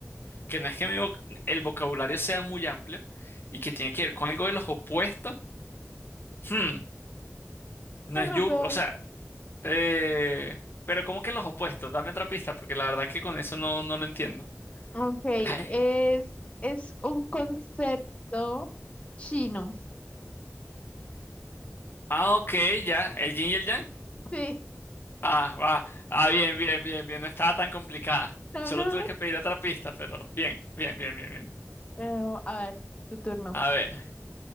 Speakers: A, on the left (about 45°); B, on the left (about 25°).
A: que no es que mi voc- el vocabulario sea muy amplio y que tiene que ver con algo de los opuestos. Hmm, no
B: Perdón.
A: es yugo, o sea, eh, pero ¿cómo que los opuestos? Dame otra pista, porque la verdad que con eso no, no lo entiendo.
B: Ok,
A: Ay,
B: es, es un concepto chino.
A: Ah, ok, ya, el yin y el yang.
B: Sí,
A: Ah, va, ah, bien, bien, bien, bien, no estaba tan complicada.
B: no,
A: Solo
B: no.
A: tuve que pedir otra pista, pero bien, bien, bien, bien, bien.
B: Pero, a ver, tu turno.
A: A ver,